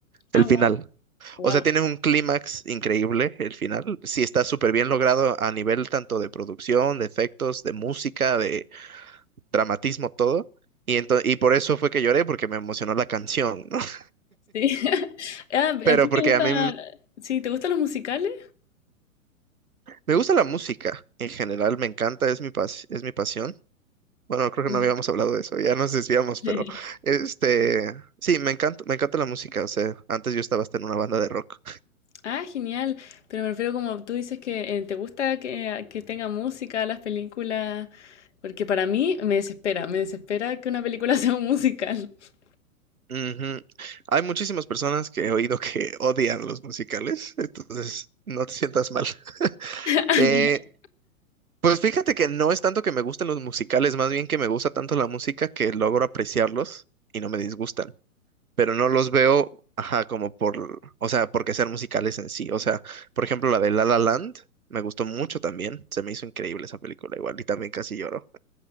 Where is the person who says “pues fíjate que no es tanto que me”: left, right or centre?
Right